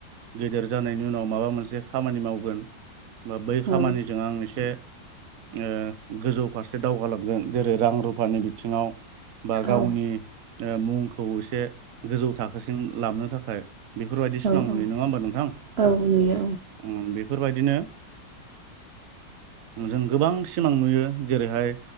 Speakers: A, on the right; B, on the right.
A: गेदेर जानायनि उनाव माबा मोनसे खामानि मावगोन होमबा बै
B: औ
A: खामानिजों आं एसे। ओ गोजौ फारसे दावगालांगोन जेरै रां रुफानि बिथिङाव। बा गावनि
B: औ
A: ओ मुंखौ एसे गोजौ थाखोसिम लाबनो थाखाय फ्राय बेफोरबायदि सिमां
B: औ
A: नुयो
B: औ
A: नङा होमबा नोंथां
B: औ नुयो
A: उम बेफोरबायदि बिदिनो ओ। जों गोबां सिमां नुयो जेरैहाय